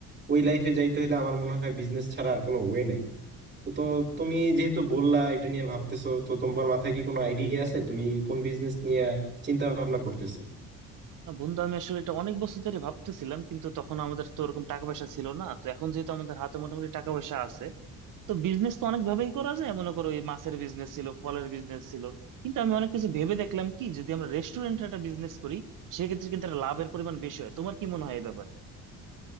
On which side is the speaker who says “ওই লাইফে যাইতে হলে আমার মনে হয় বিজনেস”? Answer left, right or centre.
Right